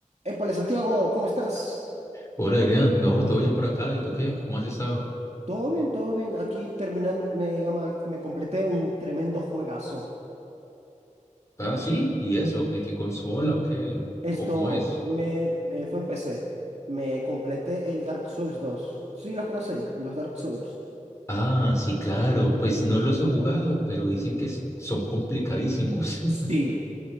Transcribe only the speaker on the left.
Hola, Adrián. No, todo bien por acá. ¿Y tú qué? ¿Cómo has estado?
Ah, sí. ¿Y eso? ¿En qué consola o qué? ¿O
o cómo es?
Ah, sí, claro. Pues no los he jugado, pero dicen que es- son complicadísimos, <laughs>